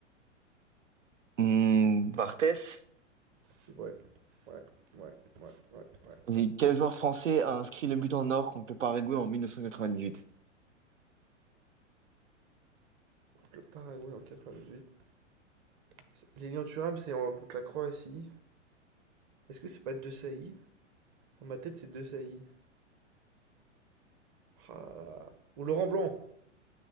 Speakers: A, on the right; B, on the right.
A: hmm, Barthez.
B: C'est vrai. Ouais, ouais, ouais, ouais, ouais,
A: Vas-y,
B: ouais.
A: quel joueur français a inscrit le but en or contre le Paraguay en 1998?
B: Contre le Paraguay en 98. C'est- Lilian Thuram, c'est en- contre la Croatie. Est-ce que c'est pas De Sailly? Dans ma tête, c'est De Sailly. Ah là là. Ou Laurent Blanc.